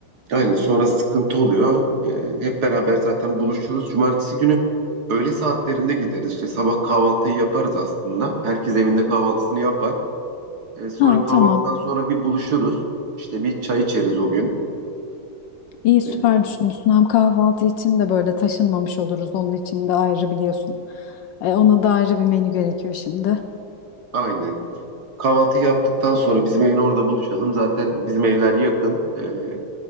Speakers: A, on the right; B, on the left.
A: Aynen sonra sıkıntı oluyor. Ee, hep beraber zaten buluşuruz. Cumartesi günü öğle saatlerinde gideriz. İşte sabah kahvaltıyı yaparız aslında. Herkes evinde kahvaltısını yapar. Ee, sonra
B: Ha
A: kahvaltıdan
B: tamam.
A: sonra bir buluşuruz. İşte bir çay içeriz o gün.
B: İyi süper
A: Ee,
B: düşünmüşsün. Hem kahvaltı için de böyle taşınmamış oluruz. Onun için de ayrı biliyorsun. E, ona da ayrı bir menü gerekiyor şimdi.
A: aynen. Kahvaltı yaptıktan sonra bizim evin orada buluşalım. Zaten bizim evler yakın. Ee,